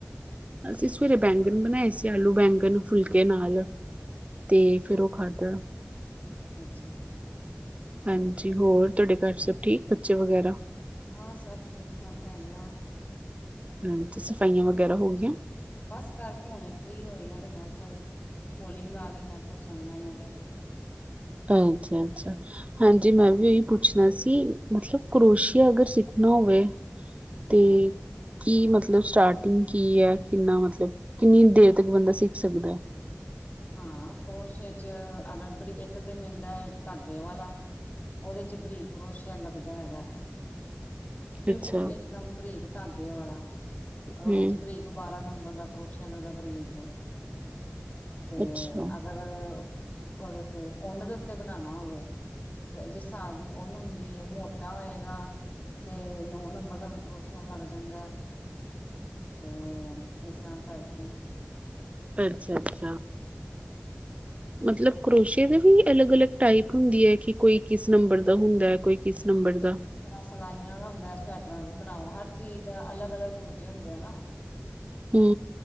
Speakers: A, on the right (about 30°); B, on the left (about 40°).
A: ਅਸੀਂ ਸਵੇਰੇ ਬੈਂਗਣ ਬਣਾਏ ਸੀ ਆਲੂ ਬੈਂਗਣ ਫੁਲਕੇ ਨਾਲ ਤੇ
B: ਅੱਛਾ,
A: ਫਿਰ ਉਹ
B: ਅੱਛਾ
A: ਖਾਧਾ
B: ਅੱਛਾ, ਅੱਛਾ
A: ਹਾਂਜੀ ਹੋਰ ਤੁਹਾਡੇ ਘਰ ਸਭ ਠੀਕ ਬੱਚੇ ਵਗੈਰਾ
B: ਹਾਂ ਸਭ ਠੀਕ ਠਾਕ ਹੈਗੇ ਆ
A: ਹਾਂ ਤੇ ਸਫਾਈਆਂ ਵਗੈਰਾ
B: ਬਸ
A: ਹੋ ਗੀਆਂ
B: ਬਸ ਕਰਕੇ ਹੁਣੇ ਫ੍ਰਰੀ ਹੋਈ ਆ ਤੇ ਮੈਂ ਕਿ ਚੱਲ ਪੋਲਿੰਗ ਆ ਗਈ ਮੈਂ ਚਲ ਸੁਣ ਲੈਂਣੀ ਇਨੀ ਦੇਰ
A: ਅੱਛਾ, ਅੱਛਾ। ਹਾਂਜੀ। ਮੈਂ ਵੀ ਉਹੀ ਪੁੱਛਣਾ ਸੀ ਮਤਲਬ ਕਰੋਸ਼ੀਆ ਅਗਰ ਸਿੱਖਣਾ ਹੋਵੇ
B: ਹੂੰ
A: ਤੇ ਕੀ ਮਤਲਬ ਸਟਾਰਟ ਕੀ ਹੈ ਕਿੰਨਾ ਮਤਲਬ ਕਿੰਨੀ ਦੇਰ ਤੱਕ ਬੰਦਾ ਸਿੱਖ ਸਕਦਾ ਐ
B: ਹਾਂ ਭੋਸ਼ੇ ਚ ਅਗਰ ਬਰੀ ਇੱਕ ਤੇ ਮਿਲਦਾ ਐ ਧਾਗੇ ਵਾਲਾ। ਉਹਦੇ ਚ ਬਰੀਕ ਰੋਸ਼ਆ ਲੱਗਦਾ ਹੈਗਾ ਐ ਬਿਲਕੁਲ
A: ਅੱਛਾ
B: ਇਹ ਦਮ ਬਰੀਕ ਧਾਗੇ ਵਾਲਾ ਉਹਦੇ
A: ਹੂੰ,
B: ਚ ਬਰੀਕ ਬਾਰਾਂ ਨੰਬਰ ਦਾ ਕਰੋਸ਼ਿਆ ਲੱਗਦਾ ਬਰੀਕ ਤੇ
A: ਅੱਛਾ।
B: ਅਗਰ ਉਹਦੇ ਤੇ ਉਨ ਦੇ ਉੱਤੇ ਬਣਾਉਣਾ ਹੋਵੇ ਤੇ ਜਿਸ ਸਾਹਬ ਦੀ ਉਨ ਹੁੰਦੀ ਹੈ ਮੋਟਾ ਹੋਏਗਾ। ਤੇ ਨੋ ਨੰਬਰ ਦਾ ਵੀ ਕਰੋਸ਼ ਲੱਗ ਜਾਂਦਾ ਐ ਤੇ ਇਸ ਤਰ੍ਹਾਂ ਕਰਕੇ
A: ਅੱਛਾ ਅੱਛ
B: ਹਮ।
A: ਮਤਲਬ ਕਰੋਸ਼ੀਏ ਦੇ ਵੀ ਅਲੱਗ ਅਲੱਗ ਟਾਈਪ ਹੁੰਦੀ ਹੈ। ਕਿ ਕੋਈ ਕਿਸ ਨੰਬਰ ਦਾ ਹੁੰਦਾ ਹੈ ਕੋਈ ਕਿਸ ਨੰਬਰ ਦਾ।
B: ਰ੍ਹਾਂ ਸਿਲਾਈਆਂ ਦਾ ਹੁੰਦਾ ਸਵੈਟਰਾਂ ਬਣਾਓ ਹਰ ਚੀਜ਼ ਦਾ ਅਲੱਗ ਅਲੱਗ ਪੁਰਜੇ ਹੁੰਦੇ ਆ ਨਾ।
A: ਹਮ।